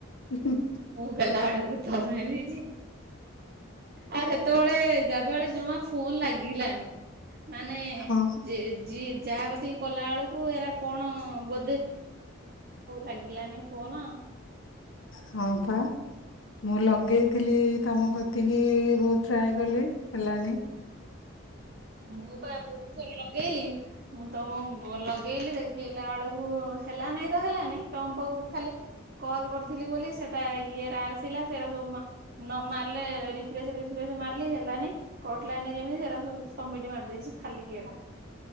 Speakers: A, on the left; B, on the right.
A: ହୁଁ
B: ମୁଁ କଲା ବଳକୁ ତମେ ବିଜି। ଆଉ ସେତେବେଳେ ଗାଧୁଆବେଳେ ଜମା ଫୋନ ଲାଗିଲାନି। ମାନେ
A: ହଁ
B: ଯେ ଯିଏ ଯାହା କଦି କଲା ବେଳକୁ ଏରା କଣ ବୋ ଲାଗିଲାନି ଫୋନ।
A: ହଁ ପା, ମୁଁ ଲଗେଇଥିଲି ତମ କତିକି, ବହୁତ ଟ୍ରାଏ କଲି ହେଲାନି।
B: ମୁଁ ପା ବହୁତ ଥର ଲଗେଇଲି। ମୁଁ ତମ ବ ଲଗେଇଲି ଦେଖିଲା ଆଳକୁ ହେଲା ନାଇଁ ତ ହେଲାନାଇଁ ତମ ପାଖକୁ ଖାଲି କଲ୍ କରି ଥିଲି ବୋଲି ସେଟା ଇଏରେ ଆସିଲା। ସେରା ସବୁ ମା ନମାରିଲେ ରିଫ୍ରେସ୍ ରିଫ୍ରେସ ମାରିଲି, ହେଲାନାଇ। କଟିଲାନାଇ ଯେମିତି ହେରାସବୁ ସବମିଟ୍ ମାରିଦେଇଛି ଖାଲି ଇଏଟା।